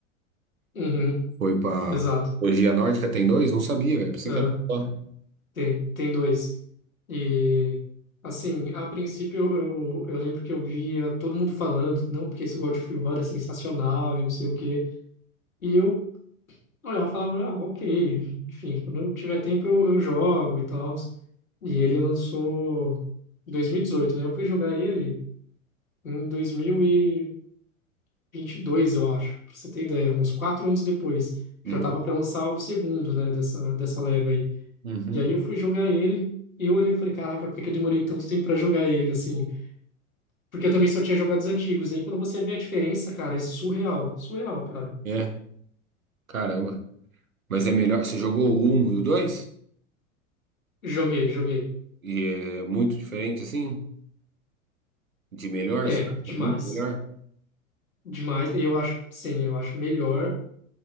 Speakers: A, on the left; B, on the right.
A: Uhum,
B: foi pra
A: exato.
B: mitologia nórdica, tem dois? Não sabia, velho, pensei
A: É,
B: que era só.
A: tem, tem dois. E, assim, a princípio eu, eu, eu lembro que eu via todo mundo falando, não, porque esse God of War é sensacional e não sei o quê. E eu olhar e falava, ah, ok, enfim, quando eu tiver tempo eu, eu jogo e tal. E ele lançou em dois mil e dezoito né? Eu fui jogar ele em dois mil e e vinte e dois eu acho, pra você ter ideia, uns quatro anos depois.
B: Uhum.
A: Já tava para lançar o segundo, né, dessa, dessa leva aí.
B: Uhum.
A: E aí eu fui jogar ele e eu olhei e falei, caraca, por que que eu demorei tanto tempo para jogar ele, assim? Porque eu também só tinha jogado os antigos. Aí quando você vê a diferença, cara, é surreal, surreal, cara.
B: É, caramba. Mas é melhor, você jogou o um e o dois?
A: Joguei, joguei.
B: E é muito diferente, assim? De melhor,
A: É,
B: você acha?
A: demais.
B: É muito melhor?
A: Demais, eu acho, sim, eu acho melhor